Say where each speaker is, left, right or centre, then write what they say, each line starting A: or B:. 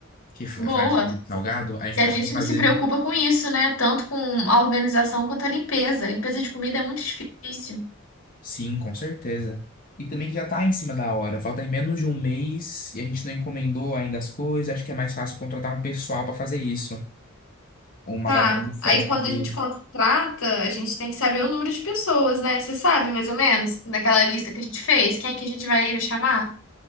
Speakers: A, on the left; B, on the left.
A: que fa-
B: Boa.
A: faz produto salgado, a gente
B: E a
A: pode
B: gente
A: fazer
B: não se preocupa com isso, né? Tanto com a organização quanto a limpeza. A limpeza de comida é muito difícil.
A: sim, com certeza. E também que já tá em cima da hora, falta em menos de um mês e a gente não encomendou ainda as coisas, acho que é mais fácil contratar um pessoal pra fazer isso. Uma
B: Tá.
A: galera do Festa
B: Aí quando
A: que.
B: a gente contrata, a gente tem que saber o número de pessoas, né? Você sabe mais ou menos, naquela lista que a gente fez, quem é que a gente vai chamar?